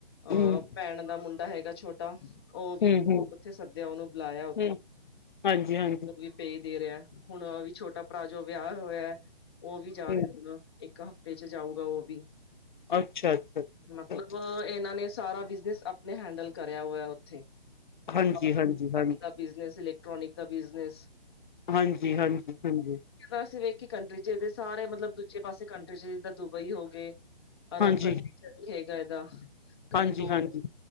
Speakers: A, on the left; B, on the left.
A: ਅਹ
B: ਹਮ
A: ਭੈਣ ਦਾ ਮੁੰਡਾ ਹੈਗਾ ਛੋਟਾ ਉਹ ਵੀ
B: ਹਮ ਹਮ
A: ਉੱਥੇ ਸ ਉਹਨੂੰ ਬੁਲਾਇਆ ਉੱਥੇ।
B: ਹਮ ਹਾਂਜੀ ਹਾਂਜੀ
A: ਵੀ ਪੇਯ ਦੇ ਰਿਹਾ ਹੁਣ ਵੀ ਛੋਟਾ ਭਰਾ ਜੋ ਵਿਆਹ ਹੋਇਆ। ਉਹ ਵੀ ਜਾ
B: ਹੂੰ,
A: ਰਿਹਾ ਇੱਕ ਹਫਤੇ ਚ ਜਾਊਗਾ ਉਹ ਵੀ।
B: ਅੱਛਾ, ਅੱਛਾ, ਅੱਛਾ,
A: ਮਤਲਬ
B: ਅੱਛਾ।
A: ਇਹਨਾਂ ਨੇ ਸਾਰਾ ਬਿਜਨਸ ਆਪਣੇ ਹੈਂਡਲ ਕਰਿਆ ਹੋਇਆ ਉੱਥੇ। ਮੋਬਾਈਲ
B: ਹਾਂਜੀ ਹਾਂਜੀ ਹਾਂਜੀ।
A: ਦਾ ਬਿਜ਼ਨਸ ਇਲੈਕਟ੍ਰੋਨਿਕ ਦਾ ਬਿਜ਼ਨਸ
B: ਹਾਂਜੀ ਹਾਂਜੀ ਹਾਂਜੀ।
A: ਅਸੀਂ ਵੇਖੀ ਕੰਟਰੀ ਚ ਇਹਦੇ ਸਾਰੇ ਮਤਲਬ ਦੂਜੇ ਪਾਸੇ ਕੰਟਰੀ ਚ ਜਿੱਦਾਂ ਦੁਬਈ ਹੋ ਗਏ। ਅਰਬ
B: ਹਾਂਜੀ,
A: ਕੰਟਰੀ ਚ ਵੀ ਹੈਗਾ ਇਹਾਂ ਕਦੇ
B: ਹਾਂਜੀ,
A: ਦੋ
B: ਹਾਂਜੀ,